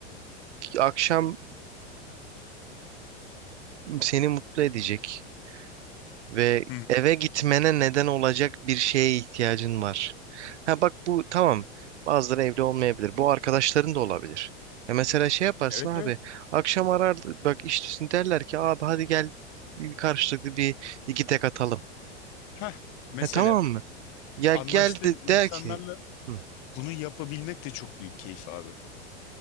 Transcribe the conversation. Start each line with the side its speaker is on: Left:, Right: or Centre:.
Right: akşam seni mutlu edecek ve
Left: Hı.
Right: eve gitmene neden olacak bir şeye ihtiyacın var. Ha bak bu tamam. Bazıları evli olmayabilir. Bu arkadaşların da olabilir. Ya mesela şey yaparsın
Left: Evet
Right: abi.
Left: evet.
Right: Akşam arar bak işte derler ki abi hadi gel bir karşılıklı bir iki tek atalım.
Left: Heh, mesela
Right: Ha tamam
Left: Ya,
Right: mı? Ya
Left: anlaştığın
Right: gel de der
Left: insanlarla
Right: ki "Hı,
Left: Bunu yapabilmek de çok büyük keyif abi.